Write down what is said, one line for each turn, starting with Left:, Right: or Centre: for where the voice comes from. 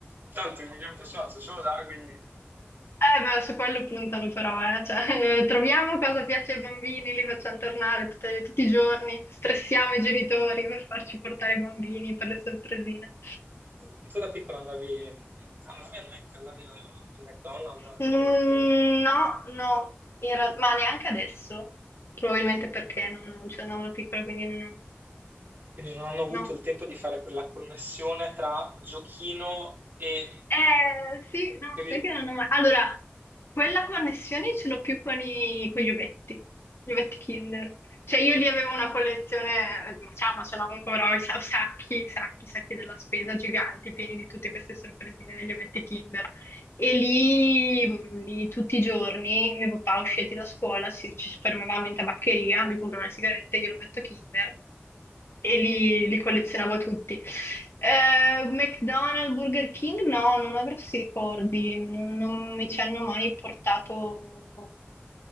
Right: tanto il miglior personaggio ce lo dà, quindi...
Left: Eh, ma su quello puntano però, eh. Cioè, eh, troviamo cosa piace ai bambini, li facciamo tornare tutte- tutti i giorni, stressiamo i genitori per farci portare i bambini per le sorpresine.
Right: Tu, tu da piccola andavi, andavi al Mac, andavi al McDonald's, al
Left: Mm,
Right: Burger King? qualcosa?
Left: No, no, in real- ma neanche adesso, probabilmente perché non, non ci andavo da piccola, quindi non-
Right: Quindi non hanno avuto
Left: no.
Right: il tempo di fare quella connessione tra giochino e...
Left: Eh, sì, no,
Right: che-
Left: sai che non ho mai... Allora, quella connessione ce l'ho più con, i, con gli ovetti, gli ovetti Kinder. Cioè io lì avevo una collezione, eh, ma ciao, ma ce l'ho ancora, ho i sa- sacchi, sacchi, sacchi della spesa giganti, pieni di tutte queste sorpresine degli ovetti Kinder. E lì, mm, lì tutti i giorni, mio papà usciti da scuola, ci, ci fermavamo in tabaccheria, lui comprava le sigarette, io l'ovetto Kinder e li, li collezionavo tutti. Eh, McDonald's, Burger King, no, non ho grossi ricordi, non, non mi ci hanno mai portato,